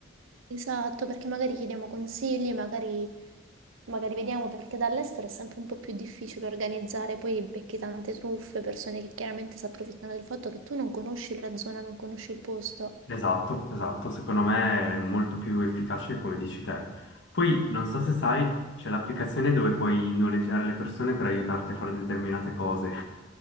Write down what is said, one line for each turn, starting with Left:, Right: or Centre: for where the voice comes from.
Right: Esatto, perché magari chiediamo consigli, magari, magari vediamo perché dall'estero è sempre un po' più difficile organizzare, poi becchi tante truffe, persone che chiaramente si approfittano del fatto che tu non conosci la zona, non conosci il posto.
Left: Esatto, esatto, secondo me è molto più efficace come dici te. Poi, non so se sai, c'è l'applicazione dove puoi noleggiare le persone per aiutarti a fare determinate cose.